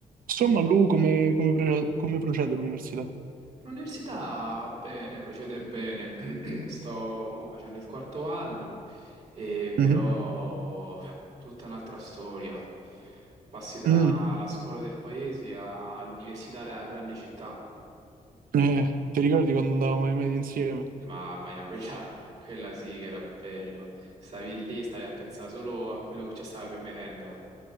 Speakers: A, on the right (about 85°); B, on the right (about 50°).
A: Insomma, Lu, come, come pre- come procede l'università?
B: L'università bene, procede bene. <clears throat> Sto mo facendo il quarto anno, e però
A: Mhm.
B: tutta un'altra storia. Passi dalla
A: Mm.
B: scuola del paese all'università della grande città.
A: Eh, ti ricordi quando andavamo ai medie insieme?
B: Mamma mia, quella, quella sì che era bello. Stavi lì, stavi a pensare solo a quello che c'è stava per merenda.